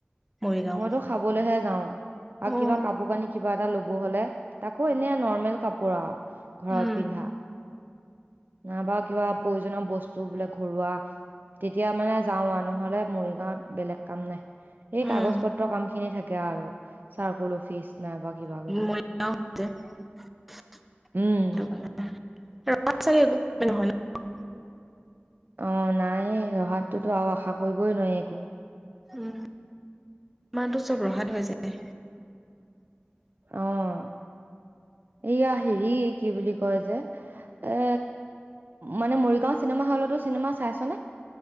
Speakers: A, in the centre; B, on the right.
A: মৰিগাঁও
B: মইতো খাবলৈহে যাওঁ আৰু
A: উম
B: কিবা কাপোৰ কানি কি কিবা এটা ল'ব হ'লে তাকো এনে নৰ্মেল কাপোৰ আৰু ঘৰত
A: উম
B: পিন্ধা নাইবা কিবা প্ৰয়োজনিয় বস্তু বোলে ঘৰুৱা তেতিয়া মানে যাওঁৱ নহলে মৰিগাঁৱত বেলেগ কাম নাই এই কাগজ
A: উম
B: পত্ৰৰ কাম খিনি থাকে আৰু চাৰ্কুল অফিচ নাইবা কিবা কিবি
A: ম হৈছে <unintelligible>
B: উম
A: স ৰঙা চ একো নহয় ন <unintelligible>
B: অহ নাই ৰহাতটোতো আৰু আশা কৰিবই নোৱাৰি একো
A: উম মাৰটো চব ৰসাত হৈ যায়
B: অহ এয়া হেৰি কি বুলি কয় যে এ মানে মৰিগাঁও চিনেমা হলতো চিনেমা চাইছনে